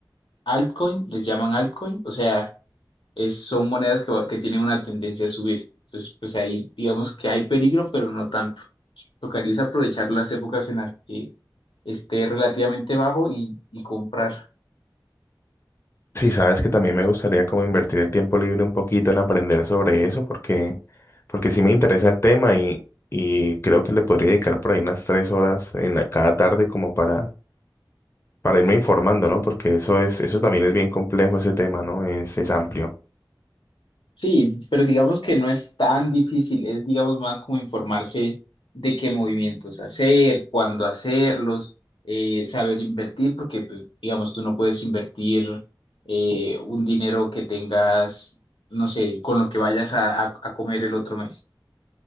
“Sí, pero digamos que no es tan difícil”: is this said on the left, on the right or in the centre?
Left